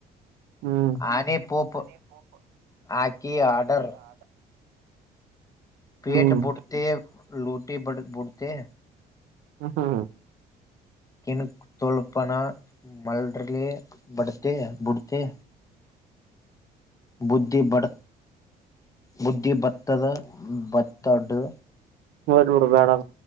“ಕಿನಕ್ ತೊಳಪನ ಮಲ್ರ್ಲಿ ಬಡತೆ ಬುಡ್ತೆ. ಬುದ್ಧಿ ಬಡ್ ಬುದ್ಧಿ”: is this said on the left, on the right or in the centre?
Left